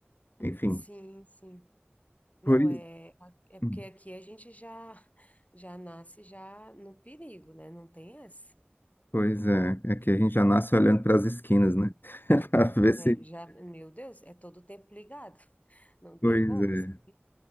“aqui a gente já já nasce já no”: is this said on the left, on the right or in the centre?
Left